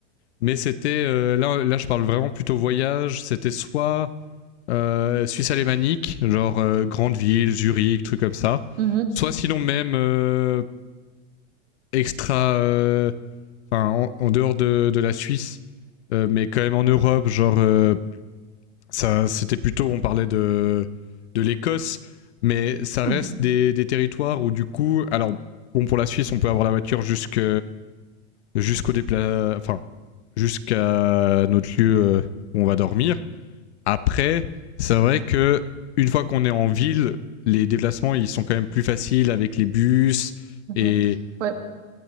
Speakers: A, on the left; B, on the right.
A: mais c'était, euh, là, là, je parle vraiment plutôt voyage, c'était soit euh, Suisse alémanique, genre euh, grande ville, Zurich, truc comme ça,
B: Mhm.
A: soit sinon même euh, extra. euh, Enfin, en, en dehors de, de la Suisse, euh, mais quand même en Europe, genre, euh, ça, c'était plutôt. On parlait de, de l'Écosse, mais ça reste
B: Mhm.
A: des, des territoires où, du coup. Alors, bon, pour la Suisse, on peut avoir la voiture jusque, jusqu'au dépla... Enfin, jusqu'à notre lieu euh, où on va dormir. Après, c'est vrai que une fois qu'on est en ville, les déplacements ils sont quand même plus faciles avec les bus
B: Mhm.
A: et
B: Ouais.